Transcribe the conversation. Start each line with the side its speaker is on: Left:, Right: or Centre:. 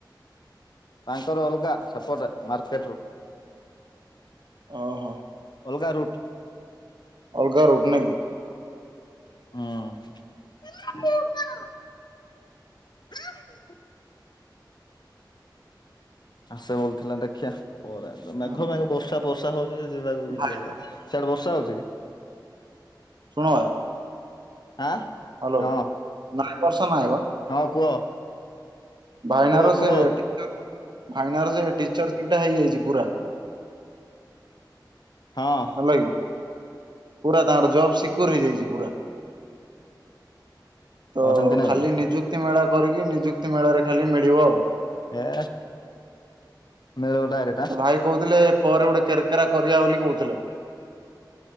Left: ତାଙ୍କର ଅଲଗା ସପୋର୍ଟ ମାର୍କେଟରୁ।
Right: ଓହୋ
Left: ଅଲଗା ରୁଟ।
Right: ଅ ଘର ଉଠ
Left: ହୁଁ <unintelligible> ଆସ ଭଲଥିଲା ଦେଖିିବା। ପରେ ମେଘ
Right: ହୁଁ, ହୁଁ।
Left: ମେଘ ବର୍ଷା ବର୍ଷା ହଉ ଯିବାକୁ ବି
Right: ଭାଇ
Left: <unintelligible> ସେଆଡେ ବର୍ଷା ହଉଛି କି?
Right: ଶୁଣ ବା,
Left: ଆଁ
Right: ହ୍ୟାଲୋ
Left: ହଁ
Right: ନାଇଁ ବର୍ଷ ନାଇଁ ବା
Left: ହଁ କୁହ
Right: ଭାଇନାର
Left: କୁହ କୁହ
Right: ସେ ଟିକ୍ ଫାଇନା ସେ ଟିଚର ସିଟଟା ହେଇଯାଇଛି ପୁରା।
Left: ହଁ
Right: ହେଲା କି ପୁରା ତାଙ୍କର ଜବ ସିକ୍ୟୋର ହେଇଯାଇଛି ପୁରା ତ
Left: ହଁ ସେମିତି ନାଇଁ
Right: ଖାଲି
Left: କି
Right: ନିଯୁକ୍ତି ମେଳା କରିକି ନିଯୁକ୍ତି ମେଳାରେ ମିଳିବ ଆଉ।
Left: ଏ ମିଳିବ ଡାଇରେକ୍ଟ ଆଁ
Right: ତ ଭାଇ କହୁଥିଲେ ପରେ ଗୋଟେ କେରକେରା କରିବା ବୋଲି କହୁଥିଲେ।